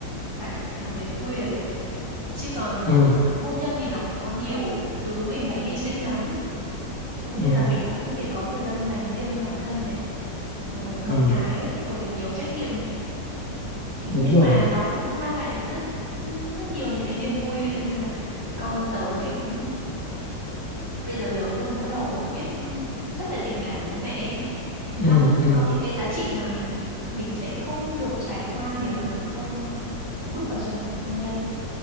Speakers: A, on the right; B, on the left.
A: bạn cảm thấy vui là được chứ còn ờ,
B: Ừ.
A: hôn nhân thì nó cũng có nhiều thứ mình phải hy sinh lắm giống như
B: ừ ừ,
A: là mình cũng không thể có thời gian dành riêng cho bản thân này rồi con
B: ừ.
A: cái rồi nhiều trách nhiệm thì
B: đúng
A: nhưng
B: rồi
A: mà nó cũng mang lại những rất rất nhiều những cái niềm vui ví dụ như là con tớ thì cũng bây giờ lớn rồi bắt đầu biết rất là tình cảm với mẹ ấy.
B: ừ
A: đó
B: ừ
A: có những cái giá trị mà mình mình sẽ không được trải qua nếu mà mình không bước vào trong một cuộc hôn nhân